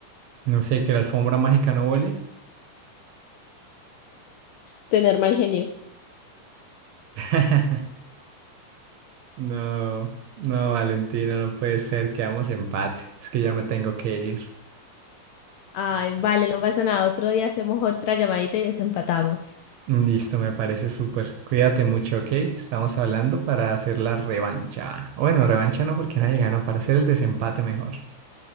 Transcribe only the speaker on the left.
Tener mal genio.
Ay, vale, no pasa nada. Otro día hacemos otra llamadita y desempatamos.